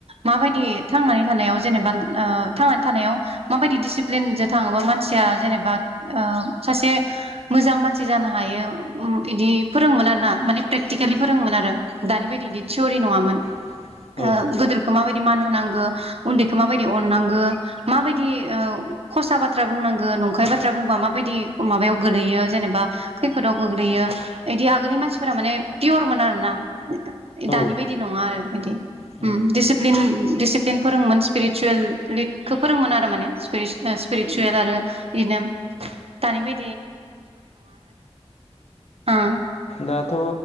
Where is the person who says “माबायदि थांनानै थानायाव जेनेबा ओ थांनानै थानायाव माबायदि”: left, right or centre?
Right